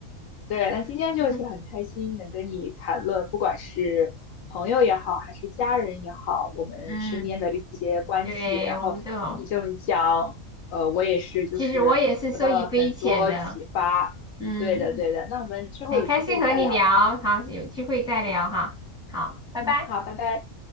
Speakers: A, on the left; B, in the centre.
A: 对，那今天就是很开心能跟你谈论，
B: <laughs>
A: 不管是朋友也好，还是家人也好，我们身边的这些关系，
B: 嗯对，
A: 然后听你这么讲，
B: 我们都有。
A: 呃，我也是就是得到了很多启发。
B: 其实我也是受益匪浅的。嗯，
A: 对的，对的，那我们之后有机会再聊吧。
B: 很开心和你聊，好，有机会再聊哈。好，拜拜。
A: 嗯，好，拜拜。